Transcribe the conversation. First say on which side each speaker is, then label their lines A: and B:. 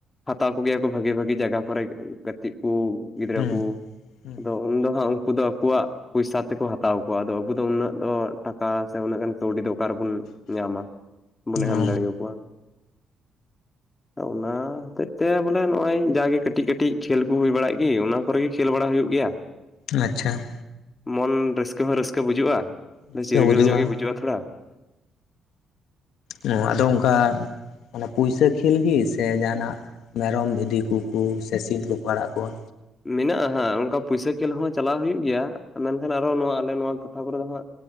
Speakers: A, on the left (about 25°); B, on the left (about 80°).
A: ᱦᱟᱛᱟᱣ ᱠᱚᱜᱮᱭᱟ ᱠᱚ ᱵᱷᱟᱹᱜᱤ ᱵᱷᱟᱹᱜᱤ ᱡᱟᱭᱜᱟ ᱠᱚᱨᱮ ᱾ ᱩᱱᱠᱩ ᱠᱚ ᱜᱤᱫᱽᱨᱟᱹ
B: ᱦᱩᱸ
A: ᱠᱩ ᱾ <inaudible>
B: ᱦᱩᱸ
A: ᱟᱫᱚ ᱩᱱ ᱫᱚ ᱦᱟᱸᱜ ᱩᱱᱠᱩ ᱫᱚ ᱟᱠᱣᱟᱜ ᱯᱩᱭᱥᱟ ᱛᱮᱠᱚ ᱦᱟᱛᱟᱣ ᱠᱚᱣᱟ ᱾ ᱟᱫᱚ ᱟᱵᱚ ᱫᱚ ᱩᱱᱟᱹᱜ ᱫᱚ ᱴᱟᱠᱟ ᱥᱮ ᱩᱱᱟᱹᱜ ᱜᱟᱱ ᱠᱟᱹᱣᱰᱤ ᱫᱚ ᱚᱠᱟ ᱨᱮᱵᱚᱱ ᱧᱟᱢᱟ <inaudible> ᱵᱚᱱ ᱮᱢ
B: ᱚ
A: ᱫᱟᱲᱮ ᱟᱠᱚᱣᱟ ᱾ ᱚᱱᱟ ᱦᱚᱛᱮᱜ ᱛᱮ ᱵᱚᱞᱮ ᱱᱚᱜ-ᱚᱭ ᱡᱟᱜᱮ ᱠᱟᱹᱴᱤᱡ ᱠᱟᱹᱴᱤᱡ ᱠᱷᱮᱞ ᱠᱚ ᱦᱩᱭ ᱵᱟᱲᱟᱜ ᱜᱮ ᱚᱱᱟ ᱠᱚᱨᱮ ᱜᱮ ᱠᱷᱮᱞ ᱵᱟᱲᱟ ᱦᱩᱭᱩᱜ ᱜᱮᱭᱟ ᱾ <inaudible>
B: ᱟᱪᱪᱷᱟ ᱾
A: <inaudible> ᱢᱚᱱ ᱨᱟᱹᱥᱠᱟᱹ ᱦᱚᱸ ᱨᱟᱹᱥᱠᱟᱹ ᱵᱩᱡᱩᱜ-ᱟ
B: ᱨᱟᱹᱥᱠᱟᱹ
A: <inaudible> ᱪᱤᱨᱜᱟᱹᱞ
B: ᱵᱩᱡᱩᱜᱼᱟ
A: ᱧᱚᱜ ᱜᱮ ᱵᱩᱡᱩᱜ-ᱟ ᱛᱷᱚᱲᱟ ᱾
B: ᱱᱚᱣᱟ ᱫᱚ ᱚᱱᱠᱟ ᱚᱱᱟ ᱯᱩᱭᱥᱟᱹ ᱠᱷᱮᱞ ᱜᱮ ᱥᱮ ᱡᱟᱦᱟᱱᱟᱜ ᱢᱮᱨᱚᱢ ᱵᱷᱤ ᱰᱤ ᱠᱩᱠᱩ ᱥᱮ ᱥᱤᱢ ᱠᱚᱠᱚ ᱟᱲᱟᱜ ᱠᱚᱣᱟ?
A: ᱢᱮᱱᱟᱜ-ᱟ ᱦᱟᱸᱜ ᱚᱱᱠᱟ ᱯᱩᱭᱥᱟᱹ ᱠᱷᱮᱞ ᱦᱚᱸ ᱪᱟᱞᱟᱣ ᱦᱩᱭᱩᱜ ᱜᱮᱭᱟ, ᱢᱮᱱᱠᱷᱟᱱ ᱟᱨᱚ ᱱᱚᱣᱟ ᱟᱞᱮ ᱱᱚᱣᱟ ᱴᱚᱴᱷᱟ ᱠᱚᱨᱮ ᱫᱚ ᱦᱟᱸᱜ